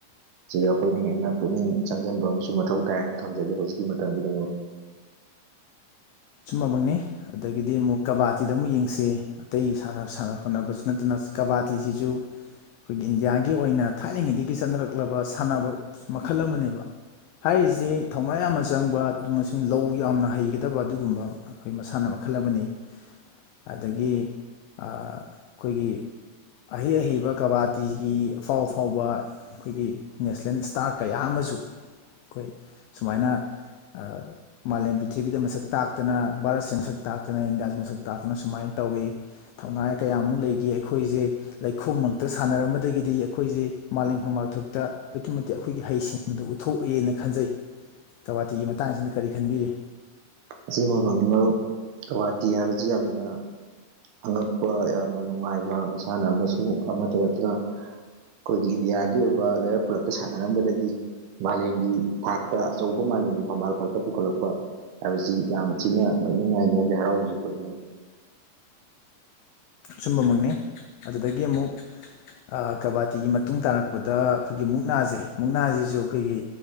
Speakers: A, on the right (about 70°); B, on the left (about 90°).
A: ꯁꯤꯗ ꯑꯩꯈꯣꯏꯅ ꯍꯦꯟꯅ ꯄꯨꯛꯅꯤꯡ ꯆꯪꯖꯟꯕ ꯑꯃꯁꯨ ꯃꯊꯧ ꯇꯥꯏꯅ ꯊꯝꯖꯒꯦ ꯍꯧꯖꯤꯛꯀꯤ ꯃꯇꯝꯁꯤꯗ ꯑꯃ
B: ꯁꯨꯝꯕꯃꯛꯅꯤ ꯑꯗꯒꯤꯗꯤ ꯑꯃꯨꯛ ꯀꯕꯥꯇꯤꯗ ꯑꯃꯨꯛ ꯌꯦꯡꯁꯦ ꯑꯇꯩ ꯁꯥꯟꯅ ꯁꯥꯟꯅ ꯈꯣꯠꯅꯕꯁꯨ ꯅꯠꯇꯅ ꯀꯕꯥꯇꯤꯁꯤꯁꯨ ꯑꯩꯈꯣꯏꯒꯤ ꯏꯟꯗꯤꯌꯥꯒꯤ ꯑꯣꯏꯅ ꯊꯥꯏꯅꯉꯩꯗꯒꯤ ꯆꯠꯅꯔꯛꯂꯕ ꯁꯥꯟꯅꯕ ꯃꯈꯜ ꯑꯃꯅꯦꯕ ꯍꯥꯏꯔꯤꯖꯦ ꯊꯧꯅꯥ ꯌꯥꯝꯅ ꯆꯪꯕ ꯑꯃꯁꯨꯡ ꯂꯧ ꯌꯥꯝꯅ ꯍꯩꯒꯗꯕ ꯑꯗꯨꯒꯨꯝ ꯒꯨꯝꯕ ꯑꯈꯣꯏ ꯃꯁꯥꯟꯅ ꯃꯈꯜ ꯑꯃꯅꯤ꯫ꯑꯗꯒꯤ ꯑꯥ ꯑꯩꯈꯣꯏꯒꯤ ꯑꯍꯩ ꯑꯍꯩꯕ ꯀꯕꯥꯇꯤꯒꯤ ꯑꯐꯥꯎ ꯑꯐꯥꯎꯕ ꯑꯩꯈꯣꯏꯒꯤ ꯅꯦꯁꯅꯦꯜ ꯏꯁꯇꯥꯔ ꯀꯌꯥ ꯑꯃꯁꯨ ꯑꯩꯈꯣꯏ ꯁꯨꯃꯥꯏꯅ ꯑ ꯃꯥꯂꯦꯝ ꯄ꯭ꯔꯤꯊꯤꯕꯤꯗ ꯃꯁꯛ ꯇꯥꯛꯇꯅ ꯚꯥꯔꯠꯁꯦ ꯃꯁꯛ ꯇꯥꯛꯇꯅ ꯏꯟꯗꯤꯌꯥꯁꯦ ꯃꯁꯛ ꯇꯥꯛꯇꯅ ꯁꯨꯃꯥꯏꯅ ꯇꯧꯋꯦ ꯊꯧꯅꯥꯏ ꯀꯌꯥꯃꯨ ꯂꯩꯒꯤ ꯑꯩꯈꯣꯏꯁꯦ ꯂꯩꯈꯣꯝ ꯃꯔꯛꯇ ꯁꯥꯟꯅꯔꯝꯕꯗꯒꯤꯗꯤ ꯑꯩꯈꯣꯏꯁꯦ ꯃꯥꯂꯦꯝ ꯐꯝꯕꯥꯛꯇꯛꯇ ꯑꯗꯨꯛꯀꯤ ꯃꯇꯤꯛ ꯑꯩꯈꯣꯏꯒꯤ ꯍꯩꯁꯤꯡꯕꯗꯨ ꯎꯠꯊꯣꯛꯑꯦꯅ ꯈꯟꯖꯩ ꯀꯕꯥꯇꯤꯒꯤ ꯃꯇꯥꯡꯁꯤꯅ ꯀꯔꯤ ꯈꯟꯕꯤꯔꯤ
A: ꯑꯁꯦꯕꯃꯛꯅꯤ ꯃꯔꯨꯞ ꯒꯧꯍꯥꯇꯤ ꯍꯥꯏꯕꯁꯤ ꯌꯥꯝꯅ ꯑꯉꯛꯄ ꯌꯥꯝꯅ ꯅꯨꯡꯉꯥꯏꯕ ꯃꯁꯥꯟꯅ ꯑꯃꯁꯨ ꯑꯃꯠꯇ ꯑꯣꯏꯗꯨꯅ ꯑꯩꯈꯣꯏꯒꯤ ꯏꯟꯗꯤꯌꯥꯒꯤ ꯑꯣꯏꯕ ꯂꯩꯔꯛ ꯈꯨꯂꯛꯇ ꯁꯥꯟꯅꯔꯝꯕꯗꯒꯤ ꯃꯥꯂꯦꯝꯒꯤ ꯊꯥꯛꯇ ꯑꯆꯧꯕ ꯃꯥꯂꯦꯝꯒꯤ ꯐꯝꯕꯥꯜ ꯈꯛꯇ ꯄꯨꯈꯠꯂꯛꯄ ꯍꯥꯏꯕꯁꯤ ꯌꯥꯝ ꯊꯤꯅ ꯅꯣꯛꯅꯤꯡꯉꯥꯏꯅꯤꯌꯥꯝ ꯍꯔꯥꯎꯕꯁꯨ ꯄꯨꯣꯛꯅꯤꯡꯏ
B: ꯁꯨꯝꯕꯃꯛꯅꯤ ꯑꯗꯨꯗꯒꯤ ꯑꯃꯨꯛ ꯑ ꯀꯕꯥꯇꯤꯒꯤ ꯃꯇꯨꯡ ꯇꯥꯔꯛꯄꯗ ꯑꯩꯈꯣꯏꯒꯤ ꯃꯨꯛꯅꯥꯁꯦ ꯃꯨꯛꯅꯥꯁꯤꯁꯨ ꯑꯩꯈꯣꯏꯒꯤ